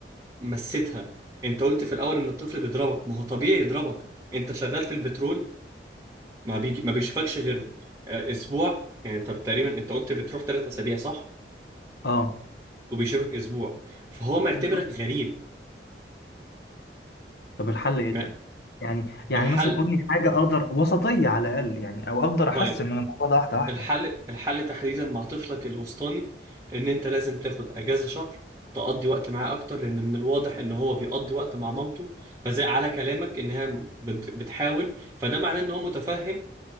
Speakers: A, on the right; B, on the left.
A: مسيتها انت قلت في الاول ان الطفل بيضربك ما هو طبيعي يضربك انت شغال في البترول ما بيجي ما بيشوفكش غير آه، اسبوع يعني انت تقريبا انت قلت بتروح ثلاث اسابيع صح
B: اه
A: وبيشوفك اسبوع فهو معتبرك
B: بالظبط
A: غريب
B: طب الحل ايه
A: ما
B: طيب يعني يعني
A: الحل
B: مثلا قول لي حاجه اقدر وسطيه على الاقل يعني او اقدر
A: طيب
B: احسن من الموضوع ده واحده واحده
A: الحل الحل تحديدا مع طفلك الوسطاني ان انت لازم تاخد اجازة شهر تقضي وقت معاه اكتر لان من الواضح ان هو بيقضي وقت مع مامته فزي على كلامك انها بت- بتحاول فده معناه ان هو متفهم